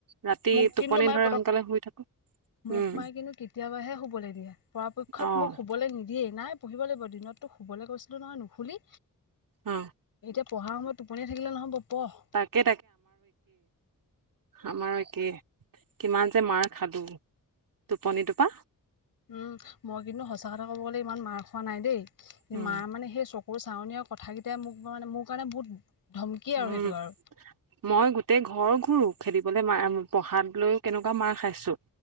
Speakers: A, on the right; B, on the left.
A: ৰাতি
B: মোক কিন্তু
A: টোপনি
B: মায়ে
A: ধৰে
B: পতক
A: সোনকালে শুই থাকো
B: মোক
A: উম,
B: মাইে কিন্তু কেতিয়াবাহে শুবলৈ দিয়ে পৰাপক্ষত
A: অ',
B: মোক শুবলৈ নিদিয়ে। দিয়ে নাই পঢ়িব লাগিব দিনতো শুবলৈ গৈছিলো নহয় নুশুলি।
A: উম।
B: এতিয়া পঢ়াৰ সময়ত টোপনিয়াই থাকিলে নহব পঢ়।
A: তাকে আমাৰ একে কিমান যে মাৰ খালো টোপনি টোপানিটো পৰা।
B: উম মই কিন্তু সঁচা কথা ক'ব গ'লে ইমান মাৰ খোৱা নাই দেই। কি
A: উম,
B: মাৰ মানে সেই চকুৰ চাৱনি কথাকেইটাই মোক মানে মোৰ কাৰণে বহুত ধমকি আৰু
A: উম
B: সেইটো আৰু
A: মই গোটেই ঘৰ ঘূৰো খেদিবলৈ ম পঢ়াত লৈ কেনেকুৱা মাৰ খাইছো।